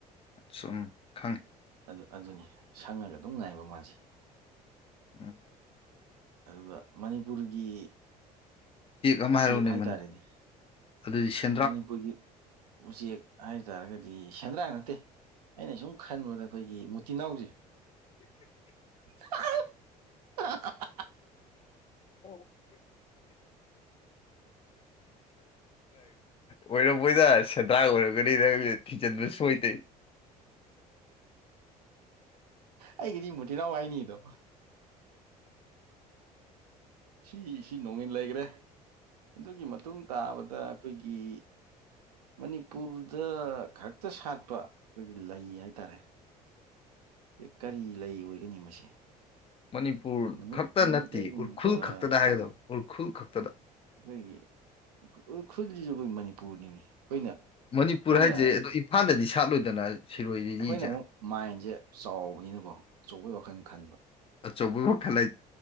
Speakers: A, on the left; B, on the right.
A: ꯁꯨꯝ ꯈꯪꯉꯤ
B: ꯑꯗꯨ ꯑꯗꯨꯅꯤ ꯁꯪꯉꯒ ꯑꯗꯨꯝ ꯉꯥꯏꯕ ꯃꯥꯁꯦ
A: ꯎꯝ
B: ꯑꯗꯨꯒ ꯃꯅꯤꯄꯨꯔꯒꯤ
A: ꯑꯃ
B: ꯎꯆꯦꯛ
A: ꯍꯥꯏꯔꯛꯎꯅꯦ
B: ꯍꯥꯏꯇꯥꯔꯦꯅꯦ
A: ꯃꯅꯤ ꯑꯗꯨꯗꯤ ꯁ
B: ꯃꯅꯤꯄꯨꯔꯒꯤ ꯎꯆꯦꯛ ꯍꯥꯏꯇꯥꯔꯒꯗꯤ ꯁꯦꯟꯗ꯭ꯔꯥꯡ ꯅꯠꯇꯦ ꯑꯩꯅ ꯁꯨꯝ ꯈꯟꯕꯗ ꯑꯩꯈꯣꯏꯒꯤ ꯃꯨꯇꯤꯅꯥꯎꯁꯦ <unintelligible>
A: <unintelligible> ꯑꯣꯏꯔꯝꯃꯣꯏꯗ ꯁꯦꯟꯗ꯭ꯔꯥꯡ ꯑꯣꯏꯔꯒꯅꯤ ꯅꯪꯅ ꯊꯤꯖꯤꯟꯕ ꯁꯣꯏꯗꯦ
B: ꯑꯩꯒꯤꯗꯤ ꯃꯨꯇꯤꯅꯥꯎ ꯍꯥꯏꯅꯤꯗꯣ ꯁꯤ ꯁꯤ ꯅꯣꯡꯉꯤꯟ ꯂꯩꯒ꯭ꯔꯦ ꯑꯗꯨꯒꯤ ꯃꯇꯨꯡ ꯇꯥꯕꯗ ꯑꯩꯈꯣꯏꯒꯤ ꯃꯅꯤꯄꯨꯔꯗ ꯈꯛꯇ ꯁꯥꯠꯄ ꯑꯩꯈꯣꯏꯒꯤ ꯂꯩ ꯍꯥꯏꯇꯥꯔꯦ ꯑꯦ ꯀꯔꯤ ꯂꯩ ꯑꯣꯏꯒꯅꯤ ꯃꯁꯦ
A: ꯃꯅꯤꯄꯨꯔ
B: ꯅꯨꯃꯤꯠ
A: ꯈꯛꯇ
B: ꯅꯨꯃꯤꯠ
A: ꯅꯠꯇꯦ
B: ꯂꯩꯒꯨꯝꯕ
A: ꯎꯔꯈ꯭ꯔꯨꯜ ꯈꯛꯇꯗ
B: ꯑꯩꯈꯣꯏꯒꯤ
A: ꯍꯥꯏꯒꯗꯕ ꯎꯔꯈꯨꯜ ꯈꯛꯇꯗ
B: ꯑꯩꯈꯣꯏꯒꯤ ꯎꯈꯜꯁꯤꯁꯨ ꯑꯩꯈꯣꯏ ꯃꯅꯤꯄꯨꯔꯅꯤꯅꯤ ꯑꯩꯈꯣꯏꯅ
A: ꯃꯅꯤꯄꯨꯔ
B: ꯑꯩꯈꯣꯏꯅ
A: ꯍꯥꯏꯁꯦ ꯑꯗꯣ ꯏꯝꯐꯥꯜꯗꯗꯤ ꯁꯥꯠꯂꯣꯏꯗꯅ ꯁꯤꯔꯣꯏ ꯂꯤꯂꯤꯁꯦ
B: ꯑꯩꯈꯣꯏꯅ ꯑꯃꯨꯛ ꯃꯥꯏꯟꯁꯦ ꯆꯥꯎꯕꯅꯤꯅꯀꯣ ꯑꯆꯧꯕꯩ ꯋꯥꯈꯜ ꯈꯟꯕ
A: ꯑ ꯆꯨꯡ ꯃꯈ ꯈꯥꯂꯦ